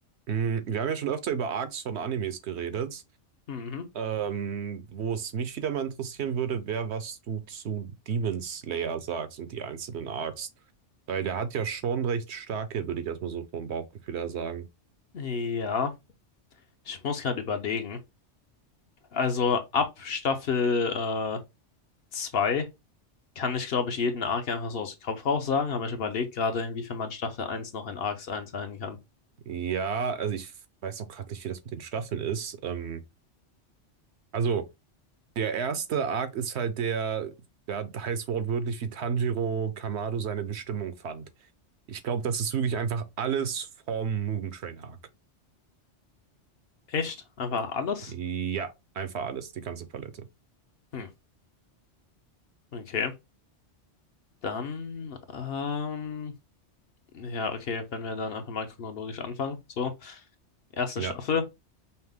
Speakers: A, on the right; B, on the left.
A: Mm, Wir haben ja schon öfter über Arcs von Animes geredet.
B: Mhm.
A: Ähm, wo es mich wieder mal interessieren würde, wäre, was du zu Demon Slayer sagst und die einzelnen Arcs. Weil der hat ja schon recht starke, würde ich erstmal so vom Bauchgefühl her sagen.
B: Ja, ich muss gerade überlegen. Also ab Staffel äh, 2 kann ich, glaube ich, jeden Arc einfach so aus dem Kopf raus sagen, aber ich überlege gerade, inwiefern man Staffel eins noch in Arcs einteilen kann.
A: Ja, also ich weiß auch gerade nicht, wie das mit den Staffeln ist. Ähm, also, der erste Arc ist halt der, der heißt wortwörtlich, wie Tanjiro Kamado seine Bestimmung fand. Ich glaube, das ist wirklich einfach alles vom Mugen Train Arc.
B: Echt? Einfach alles?
A: Ja, einfach alles, die ganze Palette.
B: Hm, okay. Dann, ähm, ja, okay, wenn wir dann einfach mal chronologisch anfangen. So, erste
A: Ja.
B: Staffel,